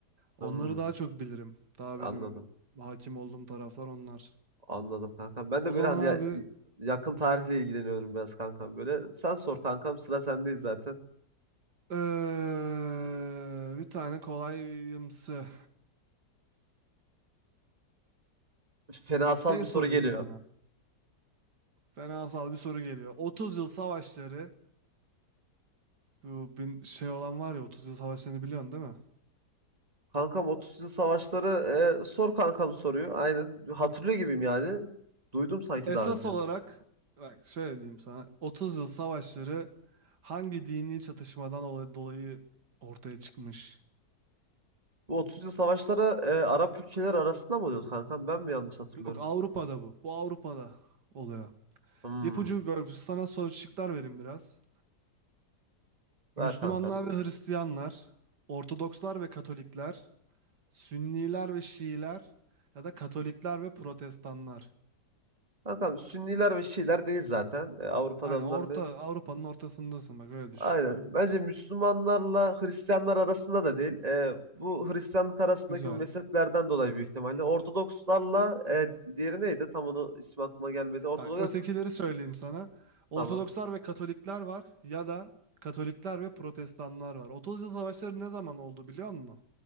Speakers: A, on the right; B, on the right.
A: Onları
B: Hmm,
A: daha çok bilirim. Daha
B: anladım.
A: benim hakim olduğum taraflar onlar.
B: Anladım kankam. Ben
A: O
B: de böyle
A: zaman
B: hani
A: abi
B: ya- yakın tarihle ilgileniyorum biraz kankam böyle. Sen sor kankam, sıra sendeyiz zaten.
A: eee, bir tane kolayımsı
B: Fenasal
A: şey
B: bir
A: sorayım
B: soru geliyor.
A: sana. Fenasal bir soru geliyor. 30 yıl savaşları bu bin şey olan var ya 30 yıl savaşlarını biliyorsun değil mi?
B: Kankam 30 yıl savaşları e, sor kankam soruyor. Aynen. Hatırlıyor gibiyim yani. Duydum sanki
A: Esas
B: daha önce.
A: olarak bak şöyle diyeyim sana. 30 yıl savaşları hangi dini çatışmadan ola- dolayı ortaya çıkmış?
B: Bu 30 yıl savaşları e, Arap ülkeleri arasında mı oluyordu kankam? Ben mi yanlış hatırlıyorum?
A: Yok Avrupa'da bu. Bu Avrupa'da oluyor.
B: Hmm.
A: İpucu böyle sana soru şıklar vereyim biraz.
B: Ver
A: Müslümanlar
B: kankam.
A: ve Hristiyanlar, Ortodokslar ve Katolikler, Sünniler ve Şiiler ya da Katolikler ve Protestanlar.
B: Kankam Sünniler ve Şiiler değil zaten. E, Avrupa'da
A: Aynen
B: bunlar
A: orta
B: değil.
A: Avrupa'nın ortasındasın bak öyle düşün.
B: Aynen. Bence Müslümanlarla Hristiyanlar arasında da değil. E, bu Hristiyanlık arasındaki
A: Güzel.
B: bu mezheplerden dolayı büyük ihtimalle. Ortodokslarla e, diğeri neydi? Tam onu ismi aklıma gelmedi. Ortodoks
A: Bak ötekileri söyleyeyim sana. Ortodokslar
B: tamam.
A: ve Katolikler var ya da Katolikler ve Protestanlar var. 30 yıl savaşları ne zaman oldu biliyor musun?